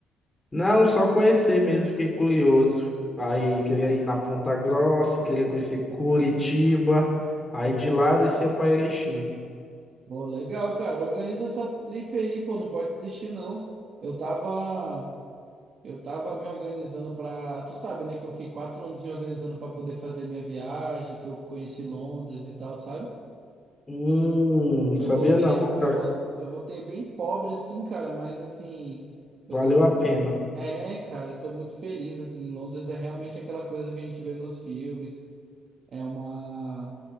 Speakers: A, on the left; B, on the right.
A: Não, só conhecer mesmo, fiquei curioso. Aí queria ir na Ponta Grossa, queria conhecer Curitiba. Aí de lá eu descia para Erechim.
B: Pô, legal, cara. Organiza essa trip aí, pô. Não pode desistir, não. Eu tava, eu tava me organizando pra. Tu sabe, né? Que eu fiquei quatro anos me organizando pra poder fazer minha viagem, que eu conheci Londres e tal, sabe?
A: Hum,
B: Eu
A: sabia
B: voltei,
A: não, cara.
B: eu vou, eu voltei bem pobre, assim, cara. Mas assim, eu
A: Valeu
B: tô, mu-
A: a pena.
B: é, cara, eu tô muito feliz, assim. Londres é realmente aquela coisa que a gente vê nos filmes. É uma,